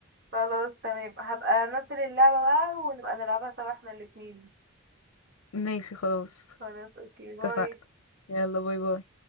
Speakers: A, on the right (about 50°); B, on the left (about 85°).
A: خلاص تمام هبقى انزل اللعبة بقى ونبقى نلعبها سوا احنا الاتنين
B: ماشي خلاص
A: خلاص اوكي باي
B: اتفقنا يلا باي باي